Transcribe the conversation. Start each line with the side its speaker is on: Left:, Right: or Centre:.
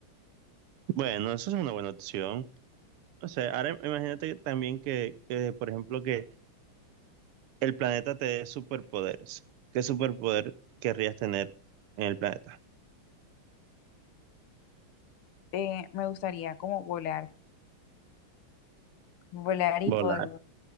Right: Bueno, eso es una buena opción. O sea, ahora imagínate que también que, que, por ejemplo, que el planeta te dé superpoderes. ¿Qué superpoder querrías tener en el planeta?
Left: Eh, me gustaría como volar, volar y
Right: Volar.
Left: poder,